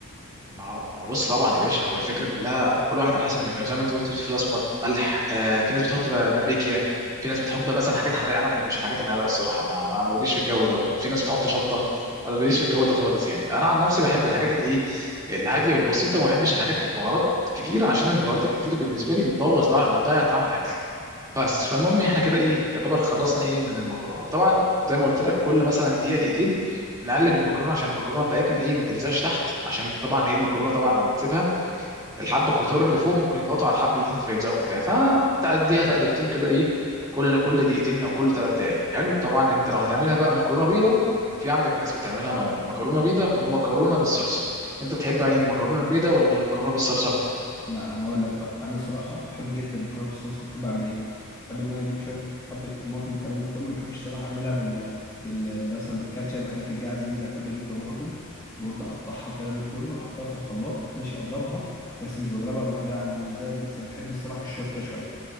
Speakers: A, on the right; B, on the left.
A: مع مع بص طبعا يا باشا هو الفكره كلها كل واحد على حسب مكانه زي ما انت قلت فلفل اسمر ملح آه في ناس بتحط ب- باربيكيا في ناس بتحط مثلا حاجات حراقه انا ما بحبش الحاجات الحراقه الصراحه ما انا ماليش في الجو دوت في ناس بتحط شطه انا ماليش في الجو ده خالص يعني انا عن نفسي بحب الحاجات الايه الهاديه والبسيطه وما بحبش الحاجات البهارات كتير عشان البهارات الكتير بالنسبه لي بتبوظ ضع... بتضيع طعم الاكل بس فالمهم احنا كده ايه يعتبر خلصنا ايه من المكرونه وطبعا زي ما قلت لك كل مثلا دقيقه دقيقتين نقلب المكرونه عشان المكرونه بتاعتنا ايه ما تلزقش تحت عشان طبعا ايه المكرونه طبعا لما تسيبها الحبه الكتار اللي فوق ممكن يضغطوا على الحبه اللي تحت فيلزقوا بتاع فتعديها تقلبتين كده ايه كل كل دقيقتين او كل ثلاث دقائق حلو طبعا انت لو هتعملها بقى مكرونه بيضه في عندك ناس بتعملها ناين مكرونه بيضه ومكرونه بالصلصه انت بتحب يعني المكرونه البيضه ولا المكرونه بالصلصه
B: لا انا اقول لك بقى انا صراحه بحب جدا المكرونه بالصلصه بحب اعمل ايه بحب ان انا اجيب شويه حبه طماطم الكلام ده كله ما بحبش صراحه اعملها بال بال مثلا بالكاتشب والحاجات الجاهزه دي ده بحب اجيب طماطم وببدا اقطعها الكلام ده كله واحطها في الخلاط ماشي اضربها بس مش بضربها لوحدها انا مش زيك بس انا بحب الصراحه الشطه شويه